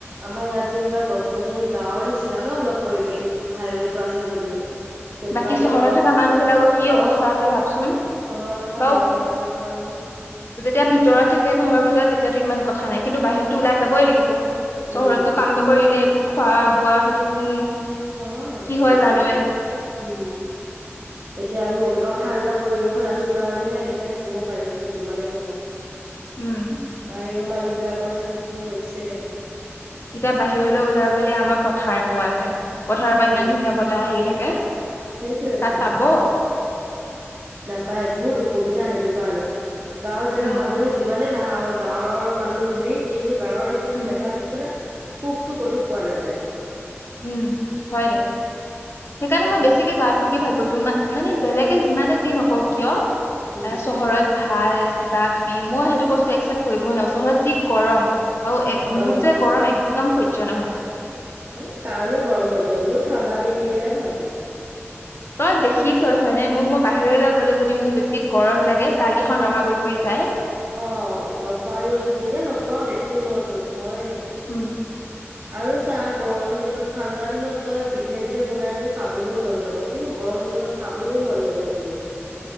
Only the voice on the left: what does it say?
বাকী
চহৰত
থকা মানুহ বিলাকৰ কি
অৱস্থা হৈছে ভাবচোন।
বও
যেতিয়া ভিতৰত থাকে ঘৰৰ ভিতৰত তেতিয়াতো ইমান কথা নাই। কিন্তু বাহিৰতো ওলাই যাবই লাগিব।
চহৰতটো কাম নকৰিলে একো খোৱা বোৱা সেইটোনো
কি
জানই
উম
এতিয়া বাহিৰলৈও ওলাইব ব আমাৰ পথাৰ পোৱা যায় পথাৰৰ
পৰা ইমান ধুনীয়া বতাহ আহি থাকে ক
তাত পাব
উম
উম
উম হয় দে সেইকাৰণে
মই বেছিকে গাঁওত থাকি ভাল দুয়ো মান মানে বেলেগে
যিমানে যি নকওক কিয়
এ চহৰত ভাল কিবা কিবি মই সেইটো বস্তু একচেপ্ট কৰিবই নোৱাৰো চহৰত যি গৰম আৰু এক
মোৰ যে গৰম এক একদম সয্য নহয়
তই দেখিছ হয়নে মোক মই বাহিৰলৈ গলে যদি মোৰ বেছি গৰম লাগে গালকেইখন ৰঙা কৰি পৰি যায়
উম